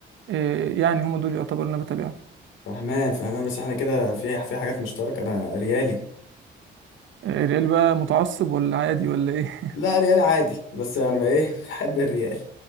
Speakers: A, on the right (about 70°); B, on the left (about 80°).
A: آه، يعني هما دول يعتبر أنا بتابعهم
B: فهمان فهمان بس احنا كده في في حاجات مشتركه انا ريالي
A: آه، الريال بقى متعصب ولا عادي ولا إيه
B: لا ريالي عادي بس انا يعني ايه <laughs> بحب الريال